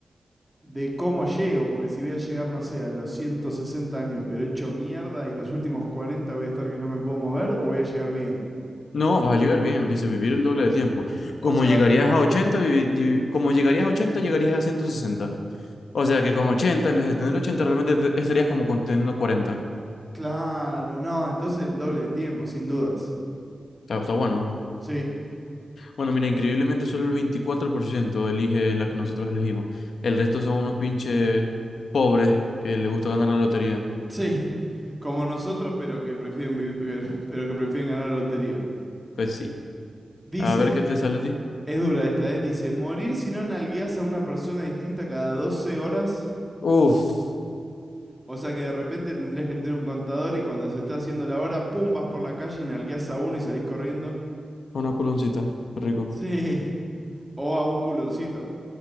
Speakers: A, in the centre; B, on the left.
A: de cómo llego, porque si voy a llegar, no sé, a los 160 años, pero hecho mierda y los últimos 40 voy a estar que no me puedo mover, o voy a llegar bien.
B: No, vas a llegar bien, dice vivir el doble de tiempo.
A: O
B: Como
A: sea,
B: llegarías a 80 vivi- vivi- como llegarías a 80 llegarías a ciento sesenta O sea que con 80 en vez de tener 80 realmente te- estarías como con teniendo 40.
A: claro, no, entonces el doble de tiempo, sin dudas.
B: Está, está bueno. ¿eh?
A: Sí,
B: Bueno, mira, increíblemente solo el 24% elige la que nosotros elegimos. El resto son unos pinches pobres que les gusta ganar la lotería.
A: sí, como nosotros, pero que prefieren vivir, pero- que prefieren ganar la lotería.
B: Pues sí.
A: Dice,
B: A ver qué te sale a ti.
A: es dura esta, ¿eh? Dice, morir si no nalgueas a una persona distinta cada 12 horas.
B: Uf,
A: O sea que de repente tendrías que tener un contador y cuando se está haciendo la hora, pum, vas por la calle y nalgueas a uno y salís corriendo.
B: una culoncita. Qué rico.
A: Sí. O a un culoncito.